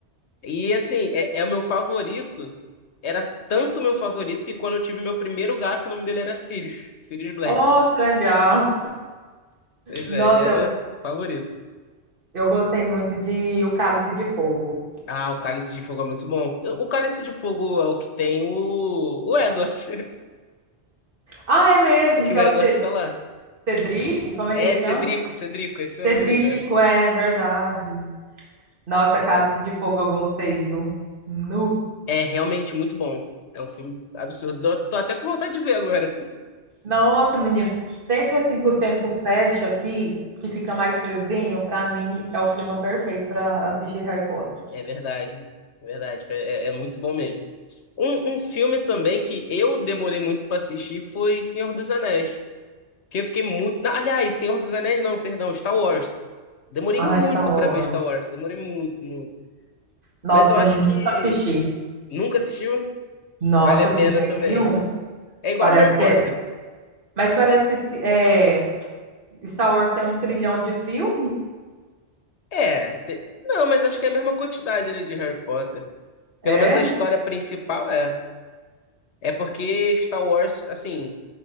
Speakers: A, on the left (about 80°); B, on the right (about 50°).
A: E assim, é, é o meu favorito. Era tanto meu favorito que quando eu tive meu primeiro gato, o nome dele era Sirius. Sirius Black.
B: Oh,
A: <laughs>
B: que legal.
A: Pois
B: Nossa,
A: é, ele era
B: eu,
A: favorito.
B: eu gostei muito de O Cálice de Fogo.
A: Ah, o Cálice de Fogo é muito bom. O Cálice de Fogo é o que tem o, o Edward. <laughs>
B: Ah, é mesmo,
A: É que
B: que
A: o
B: é
A: Edward
B: o Ce-
A: tá lá.
B: Cedric, como é
A: É,
B: que chama?
A: Cedrico, Cedrico, esse é
B: Cedrico,
A: o nome dele, né?
B: é verdade. Nossa,
A: É,
B: Cálice de Fogo eu gostei, viu? Nu.
A: é realmente muito bom. É um filme absurdo. Tô tô até com vontade de ver agora.
B: Nossa, menino, sempre assim que o tempo fecha aqui, que fica mais friozinho, pra mim é o clima perfeito pra assistir Harry Potter.
A: É verdade, é verdade. É, é é muito bom mesmo. Um, um filme também que eu demorei muito pra assistir foi Senhor dos Anéis. Que eu fiquei muito. Ah, Aliás, Senhor dos Anéis não, perdão, Star Wars. Demorei
B: Ai,
A: muito
B: Star Wars.
A: pra ver Star Wars. Demorei muito, muito.
B: Nossa,
A: Mas eu acho
B: nunca
A: que
B: assisti.
A: nunca assistiu,
B: Nossa,
A: vale a
B: de
A: pena
B: jeito
A: também.
B: nenhum.
A: É igual
B: Parece
A: Harry
B: que
A: Potter.
B: é. Mas parece que se- é... Star Wars tem um trilhão de filme?
A: É. te- Não, mas acho que é a mesma quantidade ali de Harry Potter.
B: É?
A: Pelo menos a história principal é. É porque Star Wars, assim,